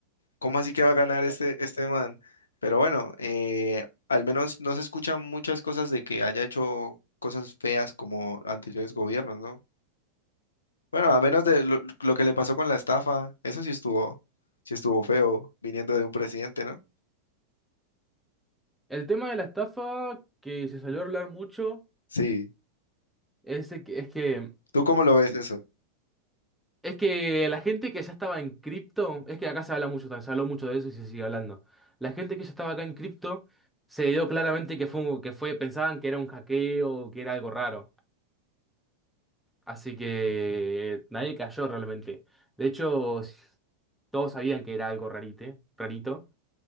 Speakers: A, on the left; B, in the centre.
A: ¿cómo así que va a ganar este, este man? Pero bueno, eh, al menos no se escuchan muchas cosas de que haya hecho cosas feas como anteriores gobiernos, ¿no? Bueno, a menos de lo, lo que le pasó con la estafa, eso sí estuvo, sí estuvo feo viniendo de un presidente, ¿no?
B: El tema de la estafa que se salió a hablar mucho
A: Sí.
B: es, de que- es que
A: ¿Tú cómo lo ves eso?
B: Es que la gente que ya estaba en cripto, es que acá se habla mucho, se habló mucho de eso y se sigue hablando. La gente que ya estaba acá en cripto se dio claramente que fue, que fue, pensaban que era un hackeo, que era algo raro. Así que nadie cayó realmente. De hecho, todos sabían que era algo rarite, rarito.